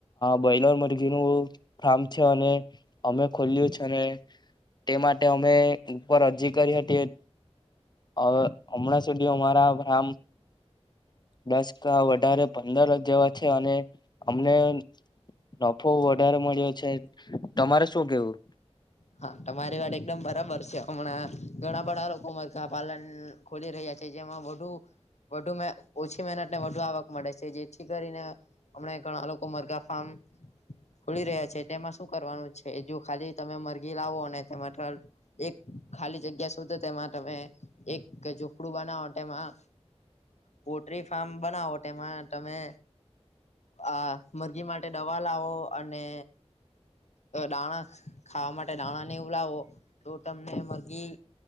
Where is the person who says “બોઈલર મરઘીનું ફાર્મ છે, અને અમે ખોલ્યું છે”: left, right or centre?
Left